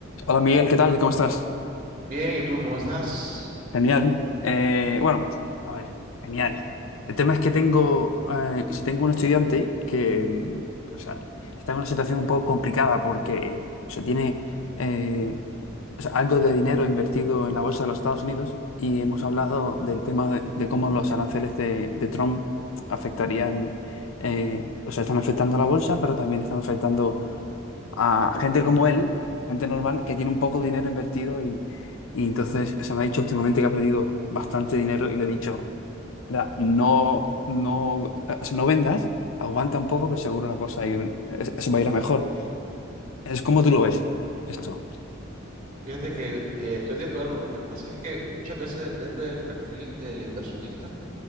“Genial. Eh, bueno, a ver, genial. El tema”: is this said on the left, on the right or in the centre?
Left